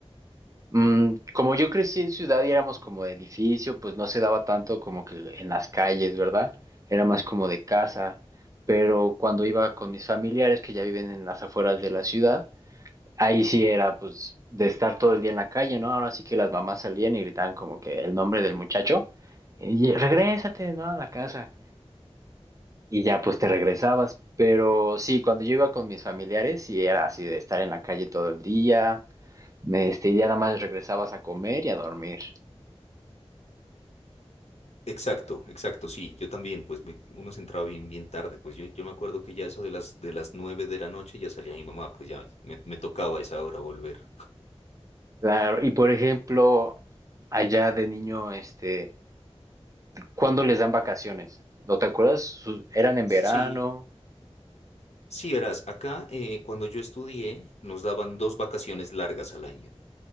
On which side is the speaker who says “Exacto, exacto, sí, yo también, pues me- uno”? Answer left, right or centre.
Left